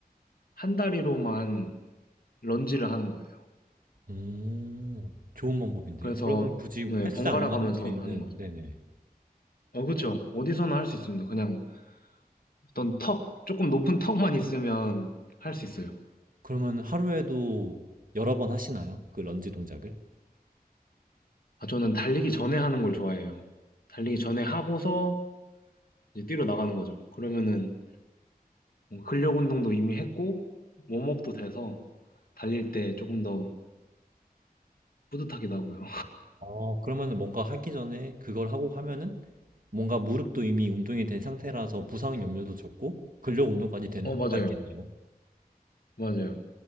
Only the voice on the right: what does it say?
오, 좋은 방법인데요.
그러면 굳이
헬스장
안 가도
할 수 있는,
네네.
그러면 하루에도 여러 번 하시나요? 그 런지 동작을?
어, 그러면은 뭔가 하기 전에 그걸 하고 하면은 뭔가 무릎도 이미 운동이
된 상태라서 부상 염려도 적고 근력 운동까지 되는
효과가
있겠네요.